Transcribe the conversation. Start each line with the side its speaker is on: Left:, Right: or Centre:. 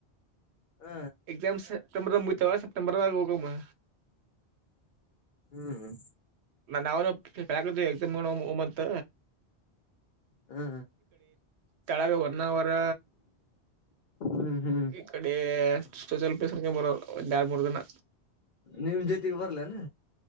Left: ಹ
Right: ಎಾಮ ಸ್ಟಂಬ ಮುತ ಸಪ್ಟೆಂಬರ್ಗ ಗಮ್ಮ
Left: ಹ್ಮ್
Right: ನಾವನು ಎಕ್ಸಾಮ್ ಮಾಡ ಓ ಮಂತ
Left: ಹಾ
Right: ಕೆಳಗೆ ಒನ್ ಅವರ್
Left: ಹ್ಮ್ ಹ್ಮ್
Right: ಈ ಕಡೆ ಸೊಚಲ್ ಪ್ಲಸ್ಕ ಬರ ಡ ಬರುದನ
Left: ನಿಮ್ ಜೊತೆಗ್ ಬರ್ಲೇನ